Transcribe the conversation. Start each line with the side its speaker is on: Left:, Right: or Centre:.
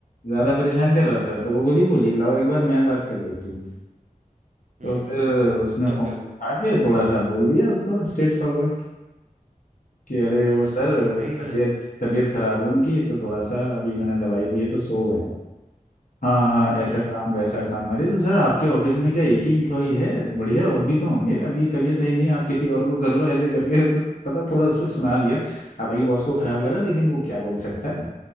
Left: ज्यादा परेशान कर रहा था तो वो खुद ही बोली लाओ एक बार मैं बात कर लेती हूँ
Right: हम्म
Left: तो फिर उसने
Right: तब
Left: फोन
Right: क्या
Left: उठा
Right: हुआ
Left: के थोड़ा सा बोल दिया उसको स्ट्रेट फॉरवर्ड कि अरे
Right: हम्म
Left: वो सर
Right: <laughs> नहीं
Left: तबीयत
Right: है।
Left: तबीयत खराब है उनकी तो थोड़ा सा अभी मैंने दवाई दी है तो सो गए हैं हाँ हाँ
Right: हम्म
Left: ऐसा काम वैसा काम अरे तो सर आपके ऑफिस में क्या एक ही इम्प्लॉई है बढ़िया और भी तो होंगे अभी तबीयत सही नहीं है आप किसी और को कर लो ऐसे करके तो पता थोड़ा उसने सुना दिया हालांकि बॉस को खराब लगा लेकिन वो क्या बोल सकता है